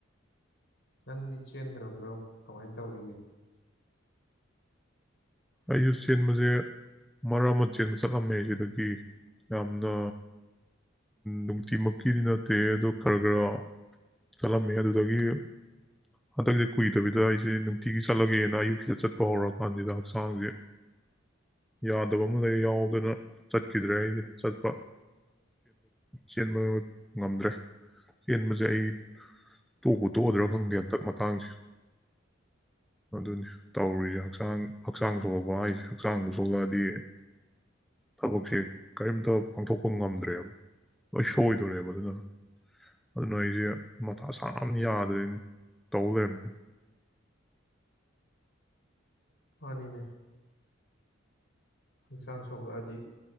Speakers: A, on the left (about 65°); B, in the centre.
A: ꯅꯪꯗꯤ ꯆꯦꯟꯗ꯭ꯔꯕ꯭ꯔꯣ ꯀꯃꯥꯏꯅ ꯇꯧꯔꯤꯒꯦ
B: ꯑꯩꯁꯨ ꯆꯦꯟꯕꯁꯦ ꯃꯔꯛ ꯑꯃ ꯆꯦꯟꯕ ꯆꯠꯂꯝꯃꯦ ꯁꯤꯗꯒꯤ ꯌꯥꯝꯅ ꯅꯨꯡꯇꯤꯃꯛꯀꯤꯗꯤ ꯅꯠꯇꯦ ꯑꯗꯣ ꯈꯔ ꯈꯔ ꯆꯠꯂꯝꯃꯦ ꯑꯗꯨꯗꯒꯤ ꯍꯟꯗꯛꯁꯦ ꯀꯨꯏꯗꯕꯤꯗ ꯑꯩꯁꯦ ꯅꯨꯡꯇꯤꯒꯤ ꯆꯠꯂꯒꯦꯅ ꯑꯌꯨꯛꯁꯤꯗ ꯆꯠꯄ ꯍꯧꯔꯛꯀꯥꯟꯁꯤꯗ ꯍꯛꯆꯥꯡꯁꯦ ꯌꯥꯗꯕ ꯑꯃ ꯂꯩ ꯌꯥꯎꯗꯅ ꯆꯠꯈꯤꯗ꯭ꯔꯦ ꯑꯩꯗꯤ ꯆꯠꯄ ꯆꯦꯟꯕ ꯉꯝꯗ꯭ꯔꯦ ꯆꯦꯟꯕꯁꯦ ꯑꯩ ꯇꯣꯛꯄ ꯇꯣꯛꯑꯗ꯭ꯔꯥ ꯈꯪꯗꯦ ꯍꯟꯇꯛ ꯃꯇꯥꯡꯁꯦ ꯑꯗꯨꯅꯤ ꯇꯧꯔꯤꯁꯦ ꯍꯛꯆꯥꯡ ꯍꯛꯆꯥꯡ ꯁꯣꯛꯂꯛꯄ ꯍꯥꯏꯁꯦ ꯍꯛꯆꯥꯡꯕꯨ ꯁꯣꯛꯂꯛꯑꯗꯤ ꯊꯕꯛꯁꯦ ꯀꯔꯤꯝꯇ ꯄꯥꯡꯊꯣꯛꯄ ꯉꯝꯗ꯭ꯔꯦꯕ ꯂꯣꯏ ꯁꯣꯏꯗꯣꯔꯦꯕ ꯑꯗꯨꯅ ꯑꯗꯨꯅ ꯑꯩꯁꯦ ꯃꯊꯥ ꯁꯥꯕꯅ ꯌꯥꯗ꯭ꯔꯦꯅ ꯇꯧ ꯂꯩꯔꯝꯃꯤ
A: ꯃꯥꯅꯤꯅꯦ ꯍꯛꯆꯥꯡ ꯁꯣꯛꯂꯛꯑꯗꯤ